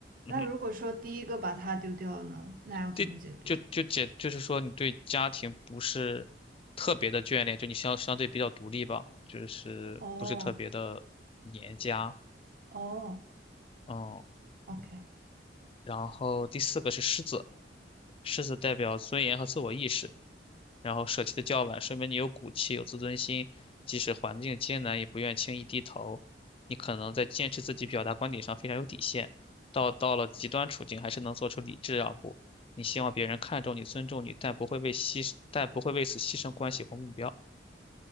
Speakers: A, on the left; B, on the right.
A: 嗯，
B: 那如果说第一个把它丢掉了呢，那要怎么解读？
A: 第就就解，就是说你对家庭不是特别的眷恋，就你相相对比较独立吧，就是不是特别的黏家。
B: 哦哦
A: 嗯，
B: ，OK，
A: 然后第四个是狮子，狮子代表尊严和自我意识，然后舍弃的较晚，说明你有骨气、有自尊心，即使环境艰难，也不愿轻易低头。你可能在坚持自己表达观点上非常有底线，到到了极端处境，还是能做出理智让步。你希望别人看重你、尊重你，但不会为牺牲但不会为此牺牲关系或目标。